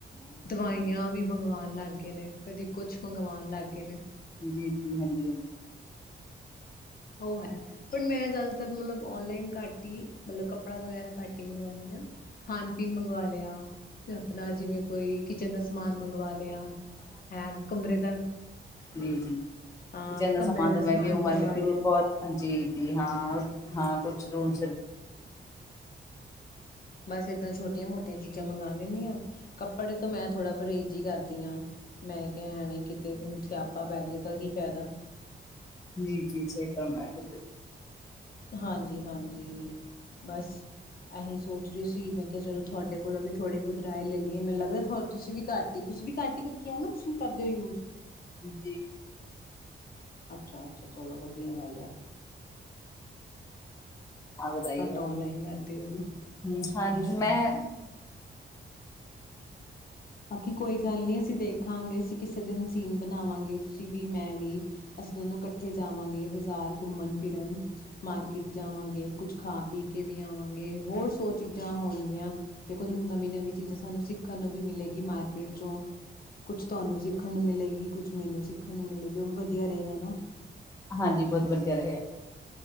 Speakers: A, on the left; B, on the left.
A: ਦਵਾਈਆਂ ਵੀ ਮੰਗਵਾਣ ਲੱਗ ਗਏ ਨੇ, ਕਦੀ ਕੁਛ ਮੰਗਵਾਣ ਲੱਗ ਗਏ ਨੇ।
B: ਜੀ, ਜੀ, ਹਾਂਜੀ-ਹਾਂਜੀ।
A: ਉਹ ਹੈ। ਪਰ ਮੈਂ ਜ਼ਿਆਦਾਤਰ ਮਤਲਬ ਔਨਲਾਈਨ ਘੱਟ ਹੀ, ਮਤਲਬ ਕੱਪੜਾ ਵਗੈਰਾ ਘੱਟ ਹੀ ਮੰਗਵਾਂਨੀ ਆ। ਖਾਣ-ਪੀਣ ਮੰਗਵਾ ਲਿਆ। ਆਪਣਾ ਜਿਵੇਂ ਕੋਈ ਕਿਚਨ ਦਾ ਸਮਾਨ ਮੰਗਵਾ ਲਿਆ, ਹੈ ਕਮਰੇ ਦਾ
B: ਜੀ, ਜੀ
A: ਹਾਂ
B: ਕਿਚਨ ਦਾ
A: ਕਮਰੇ
B: ਸਮਾਨ ਤਾਂ, ਮੈਂ ਵੀ ਉ
A: ਮੰਗਵਾ
B: ਮਰ ਲਤੀ
A: ਲਿਆ
B: ਬਹੁਤ ਹਾਂਜੀ, ਜੀ, ਹਾਂ, ਹਾਂ ਕੁਛ ਰੂਮ
A: ਬਸ ਏਦਾਂ ਛੋਟੀਆਂ-ਮੋਟੀਆਂ ਚੀਜ਼ਾਂ ਮੰਗਵਾ ਲੈਂਨੀ ਆ, ਕੱਪੜੇ ਤੋਂ ਮੈਂ ਥੋੜਾ ਪਰਹੇਜ਼ ਹੀ ਕਰਦੀ ਹਾਂ। ਮੈਂ ਕਿਹਾ ਐਵੇਂ ਕਿਤੇ, ਸਿਆਪਾ ਪੈਜੇ ਤਾਂ ਕੀ ਫਾਇਦਾ।
B: ਜੀ, ਜੀ ਸਹੀ ਫਰਮਾਇਆ।
A: ਹਾਂਜੀ-ਹਾਂਜੀ, ਬਸ ਐਹੀ ਸੋਚ ਰਹੀ ਸੀ, ਮੈਂ ਕਿਹਾ ਚਲੋ ਥੁਹਾਡੇ ਕੋਲੋ ਵੀ ਥੋੜੀ-ਬਹੁਤ ਰਾਏ ਲੈ ਲਈਏ, ਮੈਨੂੰ ਲੱਗਦਾ ਤੁਸੀਂ ਵੀ ਘੱਟ ਤੁਸੀਂ ਵੀ ਘੱਟ ਹੀ ਕਿਆ ਨਾ, ਤੁਸੀਂ ਕਰਦੇ ਓ ਯੂਜ?
B: ਜੀ।
A: ਅੱਛਾ-ਅੱਛਾ ਚਲੋ ਵਧੀਆ ਗੱਲ ਆ। ਕਿ <unintelligible>
B: ਆਹ ਵਧਾਈਆ
A: ਔਨਲਾਈਨ ਕਰਦੇ ਹੋ
B: ਹ ਹਾਂਜੀ, ਮੈਂ
A: ਬਾਕੀ ਕੋਈ ਗੱਲ ਨੀ ਅਸੀਂ ਦੇਖਾਂਗੇ, ਅਸੀਂ ਕਿਸੇ ਦਿਨ ਸੀਨ ਬਣਾਵਾਂਗੇ, ਤੁਸੀਂ ਵੀ, ਮੈਂ ਵੀ। ਅਸੀਂ ਦੋਨੋ ਇਕੱਠੇ ਜਾਵਾਂਗੇ ਬਜ਼ਾਰ ਘੁੰਮਣ-ਫਿਰਨ। ਮਾਰਕੀਟ ਜਾਵਾਂਗੇ, ਕੁਛ ਖਾ-ਪੀ ਕੇ ਵੀ ਆਵਾਂਗੇ, ਹੋਰ ਸੋ ਚੀਜ਼ਾਂ ਹੋਣਗੀਆਂ, ਦੇਖੋ ਨਵੀਂ-ਨਵੀਂ ਚੀਜ਼ਾਂ ਸਾਨੂੰ ਸਿੱਖਣ ਨੂੰ ਵੀ ਮਿਲੇਗੀ। ਮਾਰਕੀਟ'ਚੋਂ ਕੁਛ ਤੁਹਾਨੂੰ ਸੀ ਸਿੱਖਣ ਨੂੰ ਮਿਲੇਗੀ, ਕੁਛ ਮੈਨੂੰ ਸਿੱਖਣ ਨੂੰ ਮਿਲੇਗੀ, ਉਹ ਵੀ ਵਧੀਆ ਰਹੇਗਾ ਨਾ।
B: ਹਾਂਜੀ, ਬਹੁਤ ਵਧੀਆ ਰਹੇਗਾ।